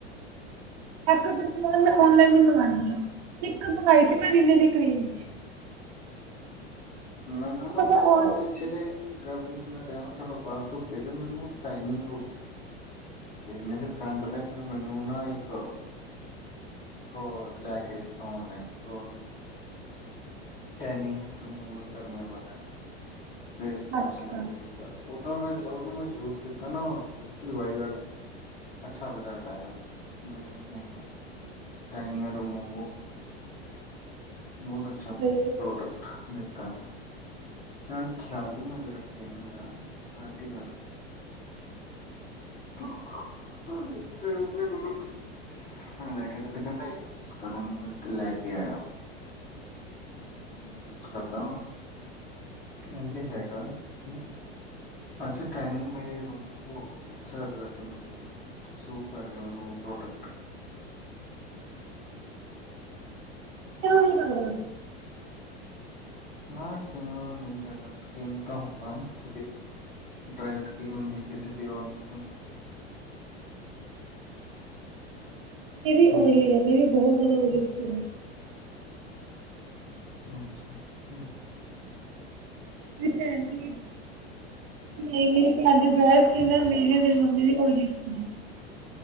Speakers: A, on the right (about 45°); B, on the left (about 30°).
A: ਇੱਕ-ਅੱਧਾ ਸਮਾਨ ਮੈਂ ਔਨਲਾਈਨ ਹੀ ਮੰਗਾਉਨੀ ਆਂ, ਇੱਕ ਮੰਗਾਈ ਸੀ, ਮੈਂ ਰੀਨੇ ਦੀ ਕ੍ਰੀਮ।
B: ਮੈਨੂੰ ਨਾ,
A: ਪਤਾ
B: ਮੈਨੂੰ
A: ਉਹ
B: ਨਾ ਦੇ ਪਿੱਛੇ ਜੇ ਗਰਮੀ'ਚ ਮੈਂ ਰਿਹਾ ਨਾ ਥੋੜਾ ਬਾਹਰ ਧੁੱਪੇ, ਤੇ ਮੈਨੂੰ ਟੈਨੀੰਗ ਹੋ ਗਈ ਸੀ। ਤੇ ਮੇਰੇ ਫਰੈਂਡ ਨੇ, ਫਿਰ ਮੈਨੂੰ ਨਾ ਇੱਕ ਪ੍ਰੋ, ਲੈਕੇ ਦਿੱਤਾ ਔਨਲਾਈਨ ਪ੍ਰੋ ਟੈਨੀੰਗ ਰਿਮੂਵਰ ਕਰਨੇ ਵਾਲਾ ਹੈਗਾ, ਫੇਸ ਵਾਸ਼
A: ਅੱਛਾ
B: ਲੈਕੇ ਦਿ ਤਾ, ਉਹ‌ ਤਾਂ, ਮੈਂ ਉਹਨੂੰ ਮੈਂ ਯੂਜ ਕੀਤਾ ਨਾ, ਸੱਚੀ ਬਾਈਗਾਡ ਅੱਛਾ ਰਿਜ਼ਲਟ ਆਇਆ। ਮੇਰੀ ਸਕਿਨ ਤੇ। ਟੈਨੀਂਗ ਰਿਮੂਵ ਹੋਗੀ। ਬਹੁਤ ਅੱਛਾ,
A: ਤੇ
B: ਪ੍ਰੋਡਕਟ ਦਿੱਤਾ। ਫਰੈਂਡ ਖਿਆਲ ਵੀ ਮੇਰੇ ਰੱਖਦੇ ਨੇ ਮੇਰਾ, ਐਸੀ ਗੱਲ ਨੀ <inaudible> ਨੇ ਮੈਂਨੂੰ ਲੈਕੇ ਦਿੱਤਾ, ਕਹਿੰਦਾ ਇਹ ਯੂਜ ਕਰੋ, ਓਹਨੇ ਮੇਰ ਤੇ ਲੈਕੇ ਆਇਆ।
A: ਹੁਂ-ਹੁਂ।
B: ਕੁਛ ਕਰਦਾਂ ਹਾਂਜੀੇ, ਹੈਗਾ। ਤੇ ਅੱਛਾ, ਟੈਨਿੰਗ ਮੇਰੀ ਰਿਮੂਵ ਹੋ ਗਈ। ਅੱਛਾ ਰਿਜ਼ਲਟ ਮਿਲਿਆ ਮੈਨੂੰ। ਸੂਟ ਕਰ ਗਯਾ ਮੈਨੂੰ ਉਹ ਪ੍ਰੋਡਕਟ।
A: ਕਿਨੂੰ ਨਹੀਂ ਕਰਦਾ?
B: ਹਾਂ, ਕਇਯਾਂ ਨੂੰ ਨਹੀਂ ਕਰਦਾ। ਸਕੀਨ ਤਾਂ ਹੁੰਦਾ ਤੁਹਾਡੀ ਡਰਾਈ ਸਕਿੱਨ ਹੁੰਦੀ, ਕਿਸੇ ਦੀ ੳਇਲੀ ਹੁੰਦ
A: ਏਹ ਵੀ
B: ਅੱਛਾ,
A: ਉਇਲੀ ਹੈ। ਮੇਰੀ ਬਹੁਤ ਜ਼ਿਆਦਾ ਉਇਲੀ ਸਕਿੱਨ ਹੈ।
B: ਅੱਛਾ, ਹੁਂ।
A: ਦੀ ਭੈਣ ਦੀ ਞੀ ਨਹੀਂ, ਮੇਰੀ ਭੌਂਣ ਦੀ ਢਰਾਈ ਸਕਿਨ ਅ, ਮੇਰੀ ਅ ਮੇਰੀ ਮੰਮੀ ਦੀ ੳਈਲੀ ਸਕਿੱਨ